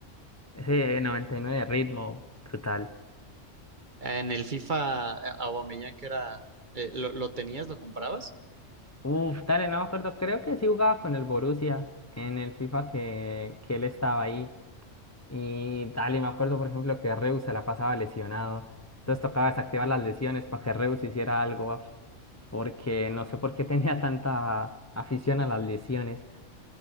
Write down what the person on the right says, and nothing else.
En el FIFA, eh, Aubameyang que era... eh, ¿lo, lo tenías? ¿Lo comprabas?